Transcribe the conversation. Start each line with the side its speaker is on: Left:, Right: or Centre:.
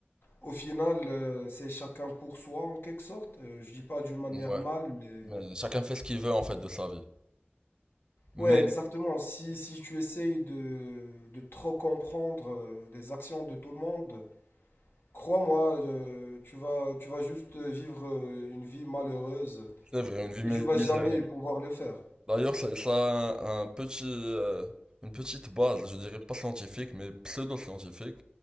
Left: au final, euh, c'est chacun pour soi en quelque sorte. Euh, je dis pas d'une manière
Right: Ouais.
Left: mal, mais
Right: Mais chacun fait ce qu'il veut en fait de sa vie. Mais
Left: Ouais, exactement. Si, si tu essayes de, de trop comprendre euh, les actions de tout le monde, crois-moi, euh, tu vas, tu vas juste vivre euh, une vie malheureuse
Right: c'est vrai, une vie mi-
Left: et tu vas
Right: misérable.
Left: jamais pouvoir le faire.
Right: D'ailleurs, ça, ça a un, un petit, euh, une petite base, je dirais pas scientifique, mais pseudo-scientifique.